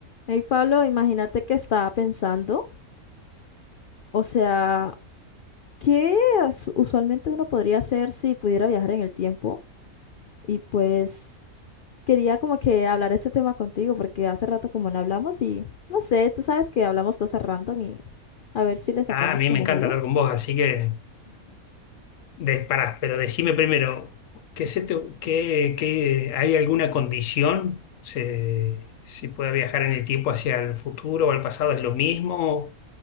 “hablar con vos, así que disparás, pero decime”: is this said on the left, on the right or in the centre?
Left